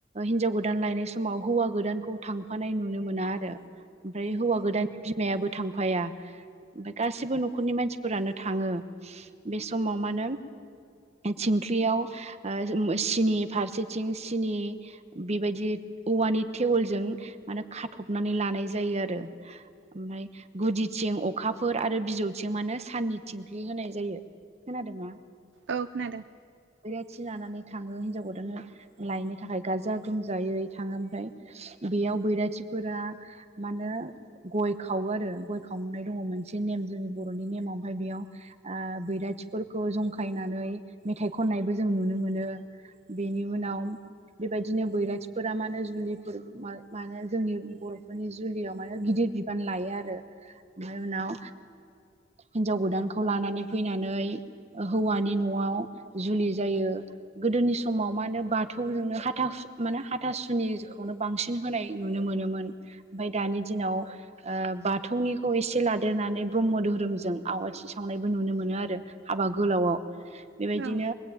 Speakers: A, on the right; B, on the right.
A: हिनजाव गोदान लायनाय समाव हौवा गोदानखौ थांफानाय नुनो मोना आरो। ओमफ्राय हौवा गोदाननि बिमायाबो थांफाया ओमफ्राय गासिबो न'खरनि मानसिफोरानो थाङो बे समाव मानो थिंख्लियाव आ सिनि फारसेथिं सिनि बेबायदि औवानि टेवलजों माने खाथबनानै लानाय जायो आरो न। ओमफ्राय गुदिथिं अखाफोर आरो बिजौ जौथिं मानो साननि थिंख्लि होनाय जायो खोनादों ना?
B: औ खोनादों।
A: बैराथि लानानै थाङो। हिन्जाव गोदानानो लायनो थाखाय गाजा गोमजायै थाङो। ओमफ्राय बेयाव बैराथिफोरा मानोे गय खावो आरो गय खावनाय दङ मोनसे नेम। ज बर'नि नेमावहाय बेयाव बैराथिफोरखौ जंखायनानै मेथाइ खननायबो जों नुनो मोनो। जों नुनो मोनो। बेनि उनाव बेबायदिनो बैरथिफोरा मानो जुलिफोर माने जोंनि बर'फोरनि जुलियाव माने गिदिर बिबान लायो आरो। ओमफ्राय उनाव हिनजाव गोदानखौ लानानै फैनानै हौवानि न'आव जुलि जायो। गोदोनि समाव माने बाथौजोंनो माने हाथासुनिनो बांसिन होनाय नुनो मोनोमोन। ओमफ्राय दानि दिनाव बाथौनिखौ एसे लादेर नानै ब्रह्म धोरोमजों आवाथि सावनायबो नुनो मोनो आरो हाबा गोलावाव। बेबायदिनो
B: औ